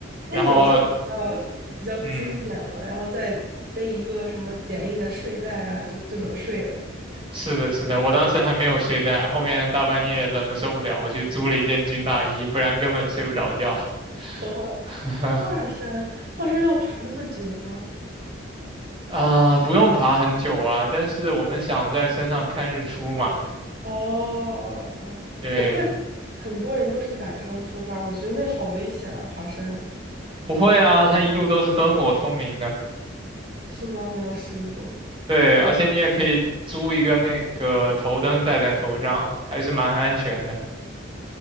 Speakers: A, on the right (about 55°); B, on the right (about 25°).
A: 那种就比较比较精简了，
B: 然后，嗯。
A: 然后再背一个什么简易的睡袋啊，就就能睡了。
B: 是的，是的，我当时还没有睡袋，后面大半夜冷的受不了，我去租了一件军大衣，不然根本睡不着觉。
A: <laughs> 华
B: <laughs>
A: 华山，华山要爬那么久吗？
B: 啊、不用爬很久啊，但是我们想在山上看日出嘛。
A: 哦，哦我看很多人都是晚上出发，
B: 对，
A: 我觉得那好危险啊，爬山
B: 不会啊，它一路都是灯火通明的。
A: 是吗？没有试过。
B: 对，
A: 嗯，
B: 而且你也可以租一个那个头灯戴在头上，还是蛮安全的。